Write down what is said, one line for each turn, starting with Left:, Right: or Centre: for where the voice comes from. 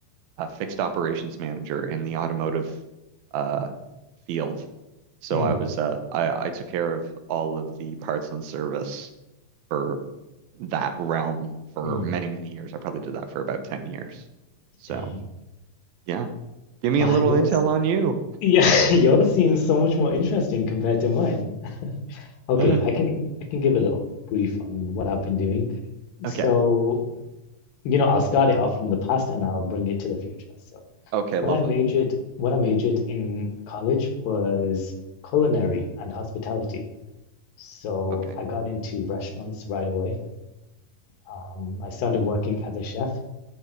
Right: uh, fixed operations manager in the automotive uh, field. So
Left: hmm hmm
Right: I
Left: mm
Right: was uh, I I took care of all of the parts and service for that realm for
Left: mm
Right: many, many years. I probably did that for about 10 years. So
Left: Dang.
Right: yeah, give me
Left: Wow,
Right: a little
Left: yours
Right: intel on you.
Left: yeah, <laughs> yours seems so much more interesting compared to mine. Okay,
Right: <sighs>
Left: I can I can give a little brief on what I've been doing.
Right: Okay.
Left: So, you know, I'll start it off from the past and I'll bring it to the future. So,
Right: Okay,
Left: what
Right: lovely.
Left: I majored what I majored in college was culinary and hospitality. So,
Right: Okay.
Left: I got into restaurants right away. Um, I started working as a chef,